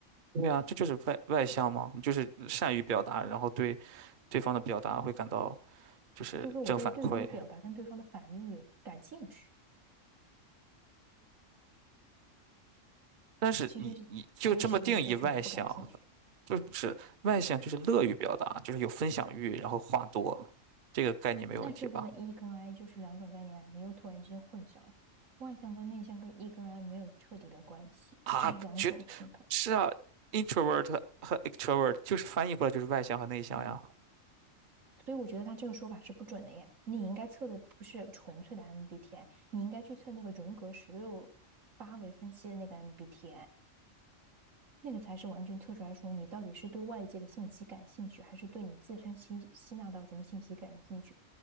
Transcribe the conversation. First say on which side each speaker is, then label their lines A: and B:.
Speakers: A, on the right (about 45°); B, on the right (about 85°).
A: 对啊，这就是外外向嘛，你就是善于表达，然后对对方的表达会感到就是正反馈。
B: 就是我对对方的表达跟对方的反应有感兴趣。
A: 但是你你就这么定义外向，
B: 其实 I 是不是就是你不感兴趣？
A: 就是外向就是乐于表达，就是有分享欲，然后话多，这个概念没有问题吧？
B: 那这个 E 跟 I 就是两种概念啊，你又突然之间混淆了。外向跟内向跟 E 跟 I 没有彻底的关系，
A: 啊，
B: 这是两种评判，
A: 绝，是啊，introvert 和和 extrovert 就是翻译过来就是外向和内向呀。
B: 所以我觉得他这个说法是不准的呀。你应该测的不是纯粹的 MBTI，你应该去测那个荣格十六八维分析的那个 MBTI。那个才是完全测出来说你到底是对外界的信息感兴趣，还是对你自身吸吸纳到什么信息感兴趣，